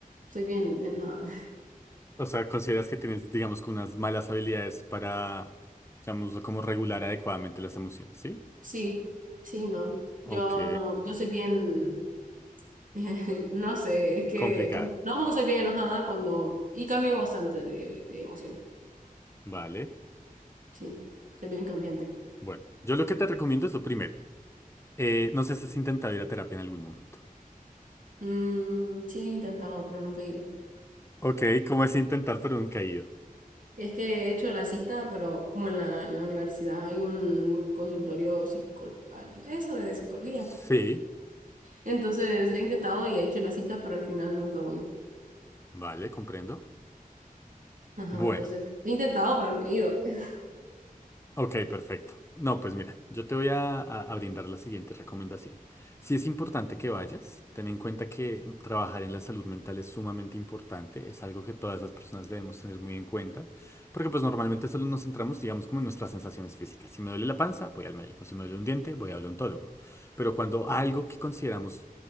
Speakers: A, on the right; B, on the left.
A: Soy bien enojada. <laughs>
B: O sea, ¿consideras que tienes, digamos, que unas malas habilidades para, llamémoslo como regular adecuadamente las emociones, ¿sí?
A: Sí, sí, no.
B: Ok,
A: Yo no, yo soy bien, <laughs> no sé, es que
B: complicada.
A: cuando me enojo soy bien enojada cuando, y cambio bastante de, de emociones.
B: Vale.
A: Sí, soy bien cambiante.
B: Bueno, yo lo que te recomiendo es lo primero. Eh, no sé si has intentado ir a terapia en algún momento.
A: Mm, sí, he intentado, pero nunca he ido.
B: Ok, ¿cómo es intentar pero nunca he ido?
A: Es que he hecho la cita, pero como en la, en la universidad hay un consultorio psicol ah, eso de psicología.
B: Sí.
A: Entonces he intentado y he hecho la cita, pero al final nunca voy.
B: Vale, comprendo.
A: Ajá,
B: Bueno,
A: entonces he intentado, pero no he ido. pues.
B: Ok, perfecto. No, pues mira, yo te voy a, a- a brindar la siguiente recomendación. Si es importante que vayas, ten en cuenta que trabajar en la salud mental es sumamente importante, es algo que todas las personas debemos tener muy en cuenta, porque pues normalmente solo nos centramos, digamos, como en nuestras sensaciones físicas. Si me duele la panza, voy al médico, si me duele un diente, voy al odontólogo. Pero cuando algo que consideramos,